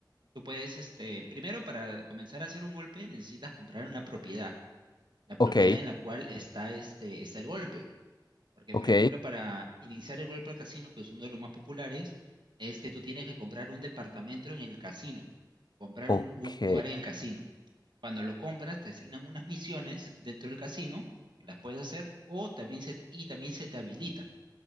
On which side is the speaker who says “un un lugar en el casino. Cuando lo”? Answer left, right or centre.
Right